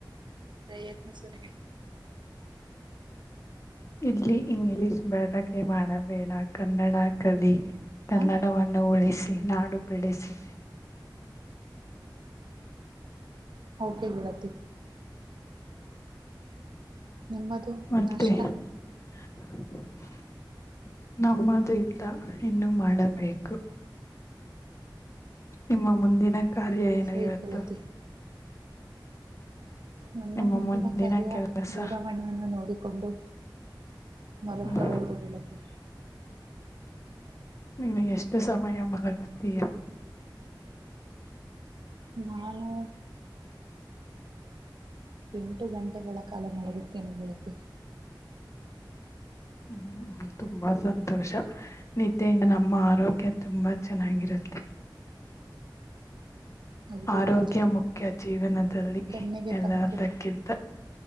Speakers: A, on the right; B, on the left.
A: ಪ್ರಯತ್ನ ಸ
B: ಇಲ್ಲಿ ಇಂಗ್ಲಿಷ್ ಬಳಕೆ ಮಾಡಬೇಡ ಕನ್ನಡ ಕಲಿ ಕನ್ನಡವನ್ನು
A: ಹಾ
B: ಉಳಿಸಿ ನಾಡು ಬೆಳೆಸಿ
A: ಓಕೆಂಗ ತಿ ನಿಮ್ಮದು
B: ಮತ್ತೆ
A: ನಷ್ಟ
B: <unintelligible> ನಮ್ಮದು ಇಲ್ಲ ಇನ್ನುೂ ಮಾಡಬೇಕು ನಿಮ್ಮ ಮುಂದಿನ ಕಾರ್ಯ
A: ಹ್ಮ್
B: ಏನು
A: ಸರಿ
B: ಇವತ್ತು
A: ಗೆಳತಿ ನನ್ನ
B: ನಿಮ್ಮ
A: ಮುಂದಿನ ಕರ್ಯ
B: ಕೆಲಸ
A: ದೂರವಾಣಿಯನ್ನು ನೋಡಿಕೊಂಡು ಮಲ
B: ಹ್ಮ್
A: ಕಳವದು ಬಲ್ಲತ್ತ
B: ನಿ ಎಷ್ಟು ಸಮಯ ಮಾಗತ್ತೀಯ
A: ನಾನು ಎಂಟು ಗಂಟೆಗಳ ಕಾಲ ನಗುತ್ತೇನೆ ಹೇಳತ್ತೆ
B: ಹ್ಮ್್ಮ ತುಂಬಾ ಸಂತೋಷ ನಿದ್ದೆಯಿಂದ ನಮ್ಮ ಆರೋಗ್ಯ ತುಂಬಾ ಚೆನ್ನಾಗಿರುತ್ತೆ
A: ಹೌದು
B: ಆರೋಗ್ಯ
A: ಗೆಳತಿ
B: ಮುಖ್ಯ ಜೀವನದಲ್ಲಿ
A: ಕಣ್ಣಿಗೆ
B: ಎಲ್ಲದಕ್ಕಿಂತ
A: ತಂಪು